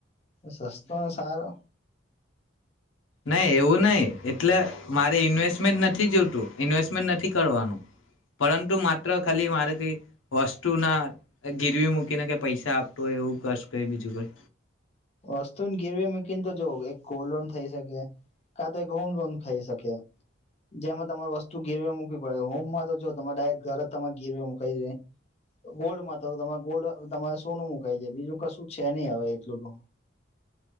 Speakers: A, on the left; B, on the left.
A: સસ્તો ને સારો.
B: નહી એવું નહી. એટલે મારે ઇન્વેસ્ટ નથી જોતું ઇન્વેસ્ટમેન્ટ નથી કરવાનું, પરંતુ માત્ર ખાલી મારે કઈ વસ્તુ ના ગીરવી મૂકીનેઈ પૈસા આપતો હોય એવું કશ ક બીજું કઈ.
A: વસ્તુને ગીરવી મૂકીને તો જો એક ગોલ્ડ લોન થઈ શકે, કા તો એક હોમ લોન ખઈ શકે, જેમાં તમારે વસ્તુ ગેરવે મૂકી પડે હોમમાં તો જોરે ડાયરેક્ટ ઘરે જરે ગીરવે મુકાય છે ગોલ્ડમાં તો ગોલ્ડ તમારે શું નું મુકાય છેાય બીજું કશું છે નહી હવે એટલું તો.